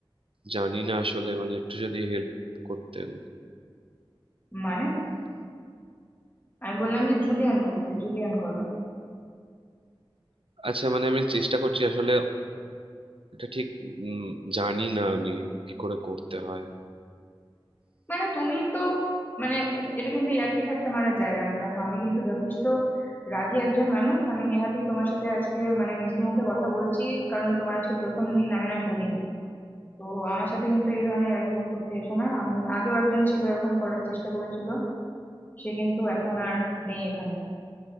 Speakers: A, on the right (about 80°); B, on the left (about 20°).
A: জানি না আসলে মানে একটু যদি হেল্প করতেন
B: মানে আমি বললাম যে জুলিয়ান করতে জুলিয়ান করো
A: আচ্ছা মানে আমি চেষ্টা করছি আসলে এটা ঠিক উম, জানি না আমি কি করে করতে হয়
B: মানে তুমি তো মানে এ- এটা কিন্তু ইয়ার্কি ঠাট্টা মারার জায়গা না দেখো আমি কিন্তু যথেষ্ট রাগী একজন মানুষ আমি নেহাতি তোমার সাথে আজকে মানে মিষ্টি মুখে কথা বলছি কারণ তোমার আজকে প্রথম দিন আমি নয় বলি না তো আমার সাথে কিন্তু এই ধরনের ইয়ার্কি করতে এসো না আমি আগেও একজন ছিল এরকম করার চেষ্টা করেছিল সে কিন্তু এখন আর নেই এখানে